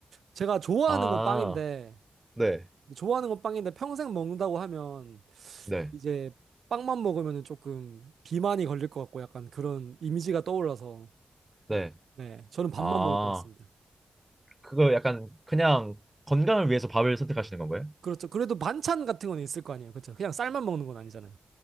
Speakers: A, on the right (about 85°); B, on the right (about 15°).
A: 제가 좋아하는
B: 아,
A: 건 빵인데,
B: 네.
A: 좋아하는 건 빵인데 평생 먹는다고 하면
B: 네.
A: 이제 빵만 먹으면 조금 비만이 걸릴 것 같고 약간 그런 이미지가 떠올라서
B: 네.
A: 네, 저는 밥만
B: 아,
A: 먹을 것 같습니다.
B: 그거 약간 그냥 건강을 위해서 밥을 선택하시는 건가요?
A: 그렇죠. 그래도 반찬 같은 건 있을 거 아니에요. 그렇죠. 그냥 쌀만 먹는 건 아니잖아요.